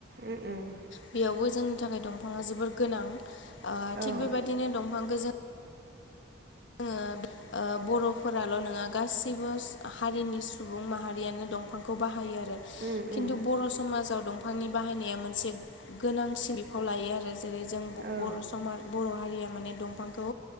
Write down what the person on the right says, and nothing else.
उम उम
औ
उम उम
औ